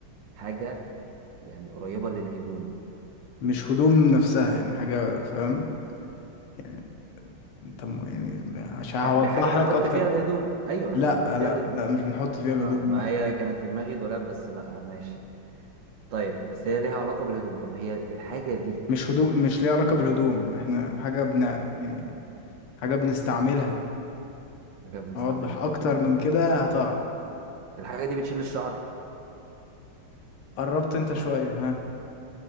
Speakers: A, on the right (about 70°); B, on the left (about 90°).
A: حاجة يعني قريبة للهدوم
B: مش هدوم نفسها يعني حاجة فاهم يعني انت م- يعني عشان هوضح
A: ح- بحاجة بنحط
B: لك اكتر
A: فيها الهدوم ايوه
B: لا
A: بنحط فيها
B: لا
A: الهدوم
B: لا مش بنحط فيها الهدوم
A: لا ما
B: لا
A: هي كانت في دماغي دولاب بس لا ماشي طيب بس هي ليها علاقة بالهدوم طب هي الحاجة دي
B: مش هدوم مش ليها علاقة بالهدوم احنا حاجة بن يعني حاجة بنستعملها
A: حاجة بنستعملها
B: اوضح اكتر من كده هتعرف
A: الحاجة دي بتشيل الشعر
B: قربت انت شوية ها